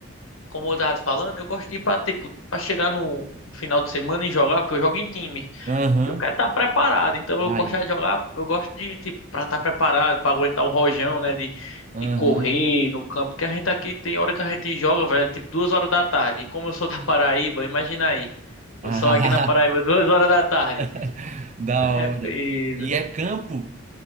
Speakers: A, on the left (about 85°); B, on the right (about 35°).
A: como eu tava te falando, eu gosto de ir pra, tipo, pra chegar no final de semana e jogar, porque eu jogo em time.
B: Aham.
A: E eu quero estar preparado, então eu
B: Aí.
A: gosto de jogar, eu gosto de, tipo, pra estar preparado, pra aguentar o rojão, né, de,
B: Aham.
A: de correr no campo, porque a gente aqui tem hora que a gente joga, velho, tipo duas horas da tarde. E como eu sou da Paraíba, imagina aí,
B: <laughs>
A: eu sou aqui na Paraíba duas horas da tarde.
B: <laughs> Da
A: <laughs>
B: hora.
A: É peso.
B: E é campo?